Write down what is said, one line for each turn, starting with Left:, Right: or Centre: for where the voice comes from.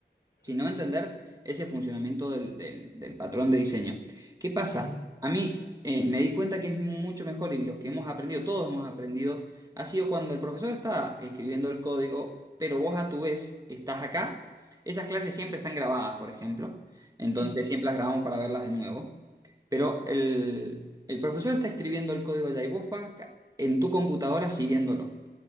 Right: sino
Left: Ujú,
Right: entender ese funcionamiento del, del- del patrón de diseño. ¿Qué pasa?
Left: ujú,
Right: A mí eh, me di cuenta que es mucho mejor y los que hemos aprendido, todos hemos aprendido, ha sido cuando el profesor está escribiendo el código, pero vos a tu vez estás acá. Esas clases siempre están grabadas, por ejemplo. Entonces
Left: ujú.
Right: siempre las grabamos para verlas de nuevo. Pero el, el profesor está escribiendo el código allá y vos vas acá en tu computadora siguiéndolo.